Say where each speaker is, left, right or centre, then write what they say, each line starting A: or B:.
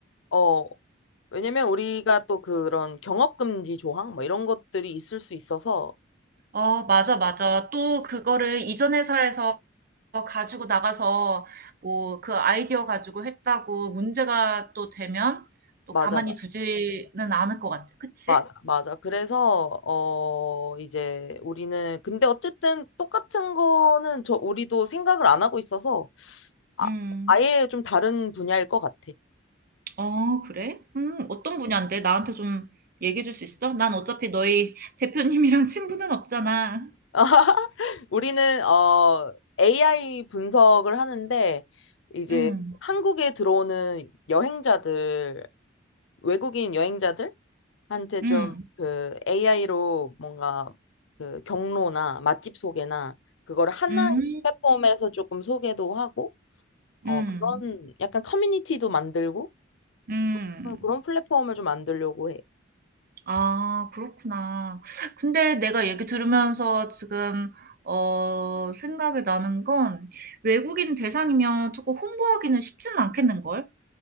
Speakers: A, on the left; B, on the right.
A: 어, 왜냐면 우리가 또 그런 경업금지 조항, 뭐 이런 것들이 있을 수 있어서,
B: 어, 맞아, 맞아. 또 그거를 이전 회사에서 어, 가지고 나가서 뭐 그 아이디어 가지고 했다고 문제가 또 되면 또
A: 맞아,
B: 가만히
A: 맞아.
B: 두지는 않을 것 같아. 그치?
A: 맞, 맞아. 그래서 어 이제 우리는 근데 어쨌든 똑같은 거는 저 우리도 생각을 안 하고 있어서 아,
B: 음,
A: 아예 좀 다른 분야일 것 같아.
B: 어, 그래? 음, 어떤 분야인데? 나한테 좀 얘기해 줄 수 있어? 난 어차피 너희 대표님이랑 <laughs> 친분은 없잖아.
A: <laughs> 우리는 어 AI 분석을 하는데 이제
B: 음,
A: 한국에 들어오는 여행자들 외국인 여행자들한테
B: 음,
A: 좀 그 AI로 뭔가 그 경로나 맛집 소개나 그거를 하나의
B: 음,
A: 플랫폼에서 조금 소개도 하고 어,
B: 음,
A: 그런 약간 커뮤니티도 만들고
B: 음.
A: 어, 그런 플랫폼을 좀 만들려고 해.
B: 아, 그렇구나. 근데 내가 얘기 들으면서 지금, 어, 생각이 나는 건 외국인 대상이면 조금 홍보하기는 쉽지는 않겠는걸?